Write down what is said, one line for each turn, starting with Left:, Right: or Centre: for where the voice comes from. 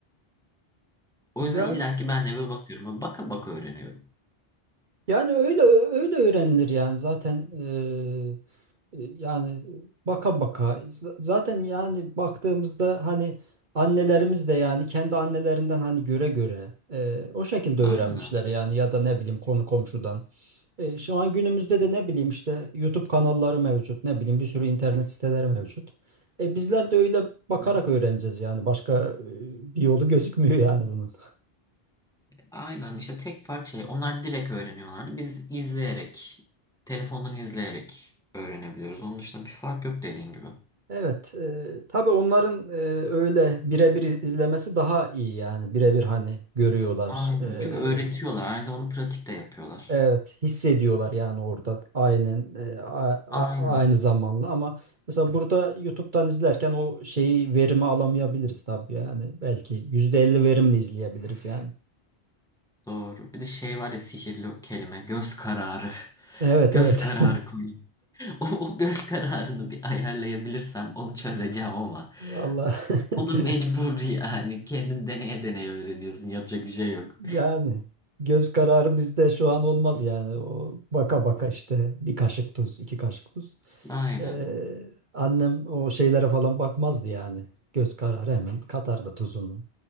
Centre: O
Right: Yani
Centre: yüzden illa ki ben de eve bakıyorum. Baka baka öğreniyorum.
Right: Yani öyle öyle öğrenilir yani zaten eee, e, yani baka baka Z- zaten yani baktığımızda hani annelerimiz de yani kendi annelerinden hani göre göre eee, o şekilde
Centre: Aynen.
Right: öğrenmişler yani ya da ne bileyim konu komşudan. E, şu an günümüzde de ne bileyim işte YouTube kanalları mevcut ne bileyim bir sürü internet siteleri mevcut. E, bizler de öyle bakarak
Centre: Hı.
Right: öğreneceğiz yani başka e, bir yolu gözükmüyor yani bunun.
Centre: Aynen işte tek fark şey onlar direkt öğreniyorlardı. Biz izleyerek, telefondan izleyerek öğrenebiliyoruz. Onun dışında bir fark yok dediğin gibi.
Right: Evet, e, tabii onların e, öyle birebir izlemesi daha iyi yani birebir hani görüyorlar.
Centre: Aynen.
Right: e,
Centre: Çünkü öğretiyorlar. Aynı zamanda pratik de yapıyorlar.
Right: evet, hissediyorlar yani orada aynen e, a- a-
Centre: Aynen.
Right: aynı zamanla ama mesela burada YouTube'dan izlerken o şeyi verimi alamayabiliriz tabii yani belki %50 verimli izleyebiliriz yani.
Centre: Doğru. Bir de şey var ya sihirli kelime. Göz kararı. <laughs>
Right: Evet
Centre: Göz
Right: evet.
Centre: kararı koyun. <laughs> O, o göz kararını bir ayarlayabilirsem onu çözeceğim ama.
Right: <laughs> Vallahi
Centre: O da mecbur
Right: <laughs>
Centre: yani. Kendin deneye deneye öğreniyorsun. Yapacak bir şey yok.
Right: Yani göz kararı bizde şu an olmaz yani. O baka baka işte bir kaşık tuz, iki kaşık tuz.
Centre: <laughs> Aynen.
Right: Ee, annem o şeylere falan bakmazdı yani. Göz kararı hemen katardı tuzunu,